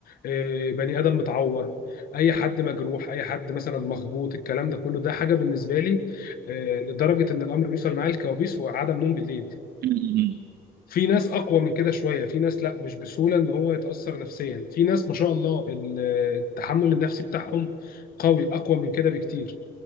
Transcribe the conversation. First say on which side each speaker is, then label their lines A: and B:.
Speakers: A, on the left; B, on the right.
A: آه، بني ادم متعور اي حد مجروح اي حد مثلا مخبوط الكلام ده كله ده حاجه بالنسبه لي آه، لدرجه ان الامر بيوصل معايا الكوابيس وعدم نوم بالليل
B: م- م- م.
A: في ناس اقوى من كده شويه في ناس لا مش بسهوله ان هو يتاثر نفسيا في ناس ما شاء الله ال- التحمل النفسي بتاعهم قوي اقوى من كده بكتير